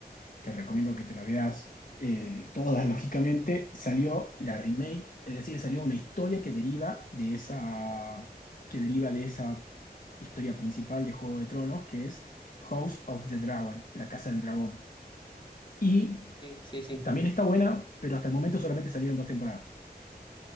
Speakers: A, on the left; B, on the left.
A: te recomiendo que te la veas eh, toda, <laughs> lógicamente, salió la remake, es decir, salió una historia que deriva de esa, que deriva de esa historia principal de Juego de Tronos, que es House of the Dragon, la Casa del Dragón. Y
B: Sí, sí, sí.
A: también está buena, pero hasta el momento solamente salieron dos temporadas.